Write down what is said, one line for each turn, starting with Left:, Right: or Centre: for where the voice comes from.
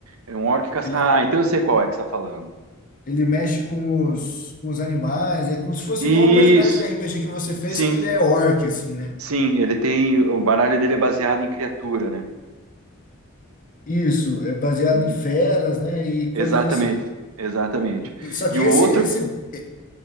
Right: É um orc caça...
Left: Ele,
Right: Ah, então eu sei qual é que você tá falando.
Left: ele mexe com os, com os animais, é como se fosse
Right: Isso.
Left: igual o personagem de RPG que você fez,
Right: Sim,
Left: só que ele é orc, assim, né?
Right: sim. Ele tem. O baralho dele é baseado em criatura, né?
Left: Isso, é baseado
Right: Uhum.
Left: em feras, né? E coisas
Right: Exatamente.
Left: assim.
Right: Exatamente.
Left: E- só
Right: E
Left: que
Right: o
Left: esse,
Right: outro.
Left: esse, eh,